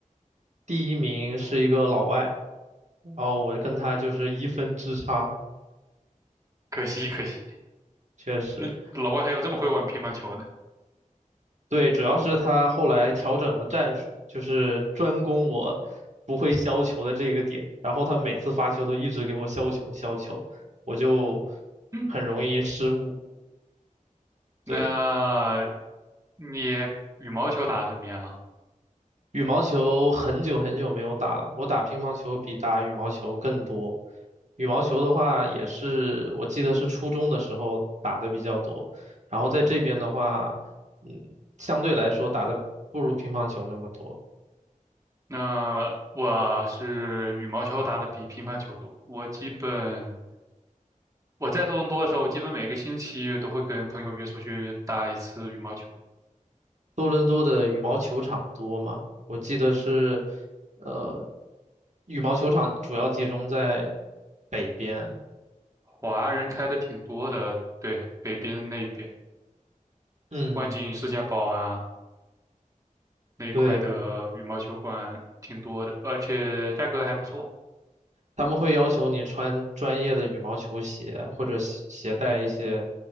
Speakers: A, on the right; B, on the right.
A: 第一名是一个老外，然后我跟他就是一分之差，
B: 可惜可惜，
A: 确实，
B: 那老外还有这么会玩乒乓球的。
A: 对，主要是他后来调整了战术，就是专攻我不会削球的这个点，然后他每次发球都一直给我削球削球，我就
B: 嗯
A: 很容易失误。
B: 那
A: 对，
B: 你羽毛球打得怎么样啊
A: 羽毛球很久很久没有打了，我打乒乓球比打羽毛球更多。羽毛球的话，也是我记得是初中的时候打的比较多，然后在这边的话，嗯，相对来说打的不如乒乓球那么多。
B: 那我是羽毛球打得比乒乓球多，我基本。我在多伦多的时候，基本每个星期都会跟朋友约出去打一次羽毛球。
A: 多伦多的羽毛球场多吗？我记得是，呃，羽毛球场主要集中在北边。
B: 华人开的挺多的，对，北边那边，
A: 嗯，
B: 湾景世家堡啊那一块的羽毛球馆挺多的，
A: 对。
B: 而且价格还不错。
A: 他们会要求你穿专业的羽毛球鞋，或者携携带一些，